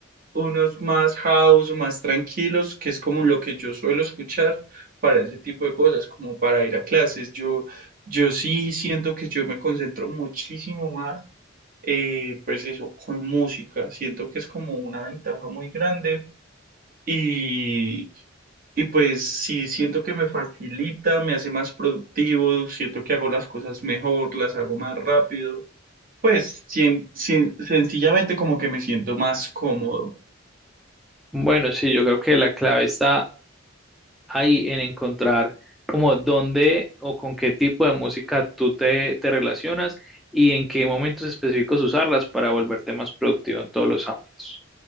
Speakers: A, on the right; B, in the centre.
A: unos más house, más tranquilos, que es como lo que yo suelo escuchar para ese tipo de cosas, como para ir a clases. Yo, yo sí siento que yo me concentro muchísimo más eh, pues eso, con música. Siento que es como una ventaja muy grande y, y pues sí, siento que me facilita, me hace más productivo, siento que hago las cosas mejor, las hago más rápido. Pues sien- sien- sencillamente como que me siento más cómodo.
B: Bueno, sí, yo creo que la clave está ahí en encontrar como dónde o con qué tipo de música tú te, te relacionas y en qué momentos específicos usarlas para volverte más productivo en todos los ámbitos.